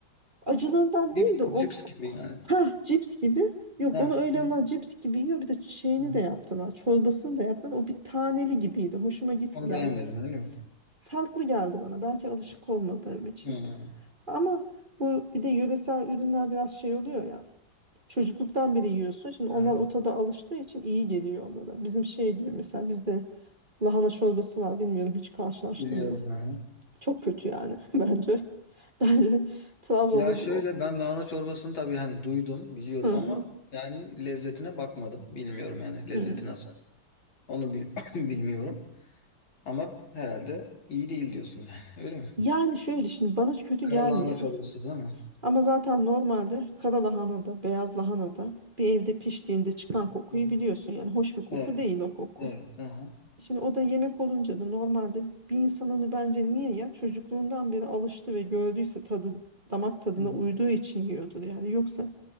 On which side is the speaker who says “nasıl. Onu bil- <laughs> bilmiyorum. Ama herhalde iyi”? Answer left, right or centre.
Left